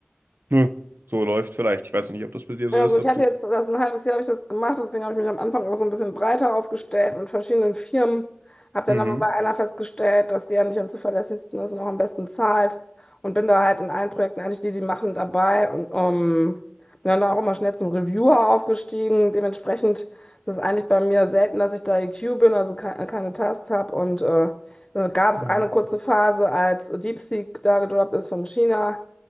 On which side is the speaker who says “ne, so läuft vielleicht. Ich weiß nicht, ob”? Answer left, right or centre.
Right